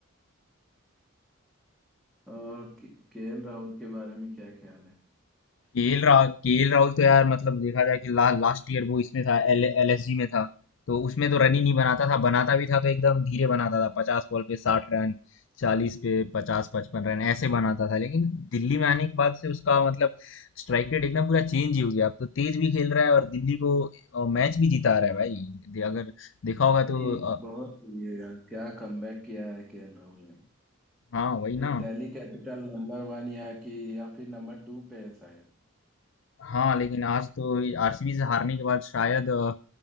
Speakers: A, in the centre; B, on the left.
A: और केएल राहुल के बारे में क्या ख्याल है
B: केएल राहुल केएल राहुल तो यार मतलब देखा जाए कि ला, लास्ट ईयर वो इसमें था एल एलएसजी में था तो उसमें तो रन ही नहीं बनाता था बनाता भी था तो एकदम धीरे बनाता था पचास बॉल पे साठ रन चालीस पे पचास पचपन रन ऐसे बनाता था लेकिन दिल्ली में आने के बाद से उसका मतलब स्ट्राइक रेट एकदम पूरा चेंज ही हो गया अब तो तेज भी खेल रहा है और दिल्ली को अ, मैच भी जिता रहा है भाई दे- अगर देखा होगा
A: भाई
B: तो अ,
A: बहुत सही है यार क्या कमबैक किया है केएल राहुल ने
B: हाँ वही ना
A: भाई दिल्ली कैपिटल नंबर वन या कि या फिर नंबर टू पे है शायद
B: हाँ लेकिन आज तो आरसीबी से हारने के बाद शायद अ,